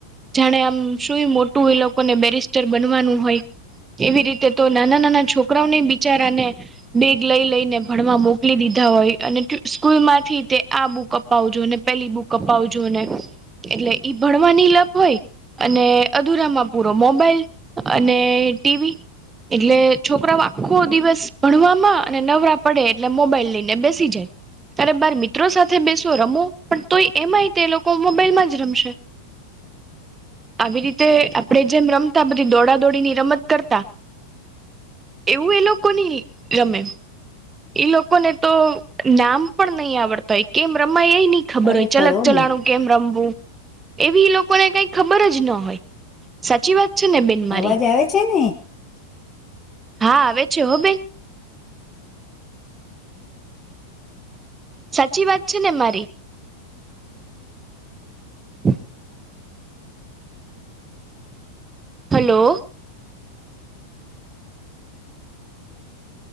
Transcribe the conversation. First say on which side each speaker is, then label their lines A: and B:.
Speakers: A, on the right; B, on the left.
A: જાણે આમ સુું મોટું એ લોકોને બેરિસ્ટર બનવાનું હોય. એવી રીતે તો નાના નાના છોકરાઓને બિચારાને બેગ લઈ લઈને ભણમાં મોકલી દીધા હોય અને કયું સ્કૂલ માંથી તે આ બુક અપાવજો ને પેલી બુક અપાવજો ને એટલે ઈ ભણવાની લભ હોય અને અધુરામાં પૂરો મોબાઈલ અને ટી વી એટલે છોકરા આખો દિવસ ભણવામાં અને નવરા પડે એટલે મોબાઈલ લઈને બેસી જાય. ત્યારે બાર ત્રો સાથે બેસો રમો પણ તોય એમાંય તે લોકો મોબાઈલમાં જ રમશે. આવી રીતે આપડે જેમ રમતા બધી દોડા દોડી ની રમત કરતા. એવું એ લોકો ની રમે. એ લોકોને તો નામ પણ નહી આવડતા હોય કેમ રમાય એ નહી ખબર
B: ખરેખર
A: હોય ચલક
B: હો
A: ચલાણું
B: બેન
A: કેમ રમવું એવી લોકોને કઈ ખબર જ ના હોય. સાચી વાત છે ને બેન મારી
B: અવાજ આવે છે ને?
A: હા, આવે છે. હો બેન. સાચી વાત છે ને મારી? હમ હલો.